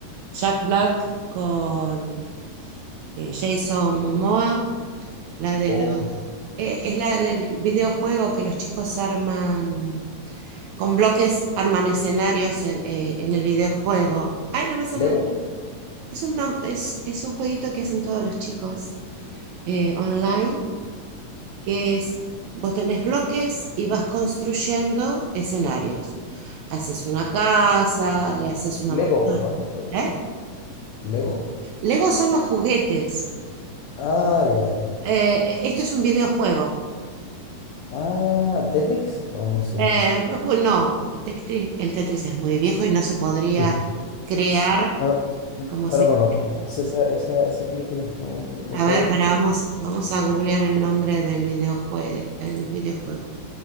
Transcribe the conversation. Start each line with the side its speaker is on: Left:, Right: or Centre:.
Right: Jack Black con eh, Jason Momoa, la de
Left: Oh,
Right: los,
Left: no.
Right: eh, es la del videojuego que los chicos arman, con bloques arman escenarios en, eh, en el videojuego. Ay, no me sale.
Left: ¿Lego?
Right: Es un, nom- es, es un jueguito que hacen todos los chicos eh, online que es, vos tenés bloques y vas construyendo escenarios. Haces una casa, le haces una
Left: ¿Lego,
Right: montaña.
Left: no? Puede
Right: ¿eh?
Left: ser. ¿Lego?
Right: Lego son los juguetes.
Left: Ah, ya.
Right: Eh, esto es un videojuego.
Left: Ah, ¿Tetrix? No, no sé.
Right: Eh, bueno, no, el Tetris, el Tetris es muy viejo y no se podría
Left: Sí.
Right: crear
Left: <laughs> No,
Right: como
Left: no
Right: se...
Left: la conozco. No sé esa, esa, esa película. No, no- nunca
Right: A ver,
Left: la había escuchado.
Right: para, vamos, vamos a googlear el nombre del videojue- el videojuego.